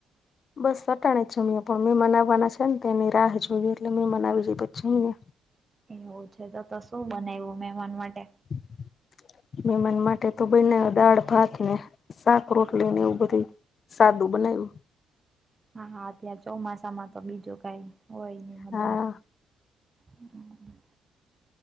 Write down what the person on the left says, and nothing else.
બસ સટાણે જ જમ્યા પણ મેમાન આવવાના છે ને તેની રાહ જોઈએ એટલે મેમાન આવી પછી
<inaudible> <inaudible> <inaudible> મહેમાન માટે તો બનાવી યુ દાળ ભાત ને શાક રોટલી ને એવું બધું સાદું બનાવ્યું
હા